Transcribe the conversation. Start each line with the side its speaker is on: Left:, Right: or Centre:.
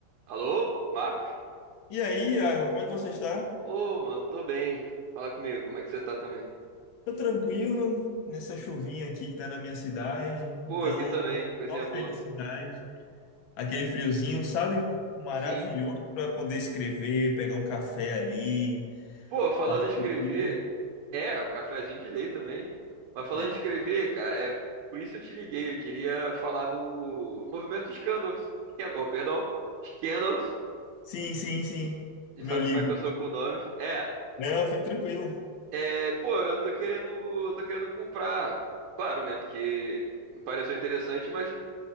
Right: Alô, Marcos?
Left: E aí, Iago, como é que você está?
Right: Ô, mano, tô bem. Fala comigo, como é que você tá também?
Left: Tô tranquilo nessa chuvinha aqui que tá na minha cidade, então
Right: Pô, aqui também, coisinha
Left: só
Right: boa.
Left: felicidade. Aquele friozinho, sabe? Maravilhoso
Right: Sim.
Left: para poder escrever, pegar um café ali,
Right: Pô, falando
Left: passar
Right: em escrever,
Left: o dia.
Right: é, o cafezinho de lei também. Mas falando
Left: É.
Right: em escrever, cara, é por isso eu te liguei. Eu queria falar do movimento de Scandals. Scand- Oh, perdão, Scandals.
Left: Sim, sim, sim.
Right: E
Left: O
Right: sabe
Left: meu livro.
Right: como é que eu sou com nomes? É,
Left: Não, fique tranquilo.
Right: é, pô, eu tô querendo, eu tô querendo comprar. Claro, né? Porque me pareceu interessante, mas